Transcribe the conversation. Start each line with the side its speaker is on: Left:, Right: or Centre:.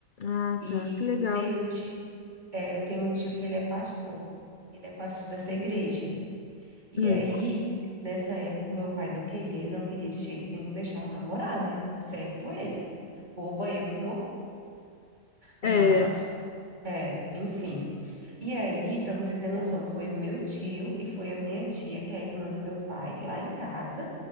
Left: Ah,
Right: E
Left: tá, que legal.
Right: eu tenho um tio, é, eu tenho um tio que ele é pastor, ele é pastor dessa igreja. E
Left: Hum,
Right: aí, nessa época, o meu pai não queria, não queria de jeito nenhum deixar eu namorar, né? Certo ele. Boba eu que não,
Left: É.
Right: mas, é, enfim. E aí, para você ter noção, foi o meu tio e foi a minha tia, que é a irmã do meu pai, lá em casa,